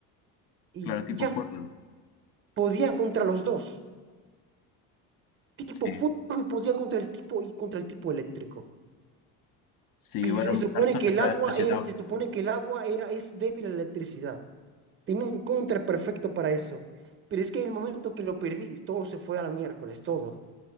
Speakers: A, on the right; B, on the left.
A: y,
B: claro, tipo
A: y ya,
B: Portland.
A: podía contra los dos. tipo
B: Sí.
A: fuego y podía contra el tipo y contra el tipo eléctrico.
B: Sí,
A: Y
B: bueno,
A: se, y supone
B: Carson
A: que
B: está
A: el agua
B: está chetado.
A: era, y se supone que el agua era, es débil a la electricidad. Tenía un contra perfecto para eso. Pero es que en el momento que lo perdí, todo se fue a la miércoles, todo.